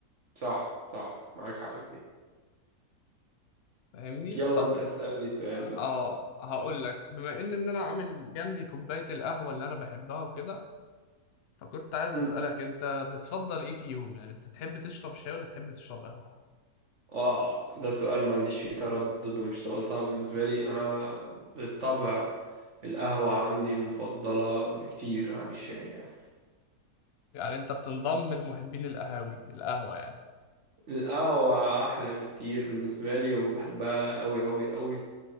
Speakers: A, on the right; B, on the left.
A: صح صح معاك حق في دي
B: فاهمني
A: يلا
B: طب
A: انت اسألني سؤال بقى
B: اه هقول لك بما ان ان انا عامل جنبي كوباية القهوة اللي انا بحبها وكده فكنت عايز
A: مم.
B: اسألك انت بتفضل ايه فيهم يعني انت تحب تشرب شاي ولا تحب تشرب قهوة
A: اه ده سؤال ما عنديش فيه تردد ومش سؤال صعب بالنسبة لي انا بالطبع القهوة عندي مفضلة بكتير عن الشاي يعني
B: يعني انت بتنضم لمحبين القهاوي القهوة يعني
A: القهوة احلى بكتير بالنسبة لي وبحبها قوي قوي قوي